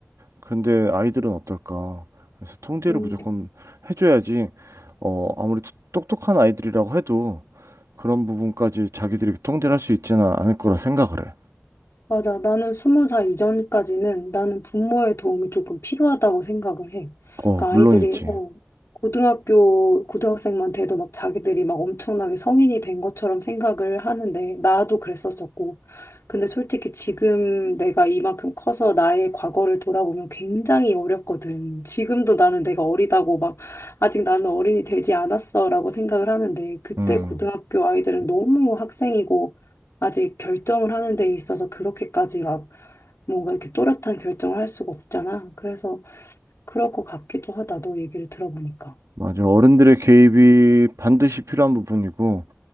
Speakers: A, on the right; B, on the left.
A: 근데 아이들은 어떨까? 그래서 통제를
B: 음.
A: 무조건 해줘야지, 어, 아무리 똑똑한 아이들이라고 해도, 그런 부분까지 자기들이 통제를 할 수 있지는 않을 거라 생각을 해.
B: 맞아. 나는 스무 살 이전까지는 나는 부모의 도움이 조금 필요하다고 생각을 해.
A: 어,
B: 그러니까
A: 물론이지.
B: 아이들이 어 고등학교 고등학생만 돼도 막 자기들이 막 엄청나게 성인이 된 것처럼 생각을 하는데 나도 그랬었었고. 근데 솔직히 지금 내가 이만큼 커서 나의 과거를 돌아보면 굉장히 어렸거든. 지금도 나는 내가 어리다고 막 아직 나는 어린이 되지 않았어라고 생각을 하는데 그때
A: 음.
B: 고등학교 아이들은 너무 학생이고 아직 결정을 하는 데 있어서 그렇게까지 막 뭔가 이렇게 또렷한 결정을 할 수가 없잖아. 그래서 그럴 것 같기도 하다. 너 얘기를 들어보니까.
A: 맞아. 어른들의 개입이 반드시 필요한 부분이고,